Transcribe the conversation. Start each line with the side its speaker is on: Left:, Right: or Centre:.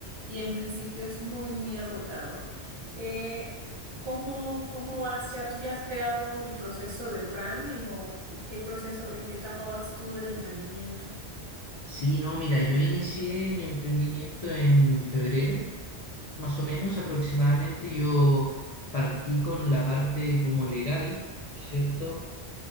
Right: Y en principio es muy, muy agotador. Eh, ¿cómo, cómo vas ya? ¿Tú le has creado el proceso del branding o qué proceso, en qué etapa vas tú del emprendimiento?
Left: Sí, no, mira, yo inicié mi emprendimiento en febrero. Más o menos aproximadamente yo partí con la parte como legal, ¿cierto?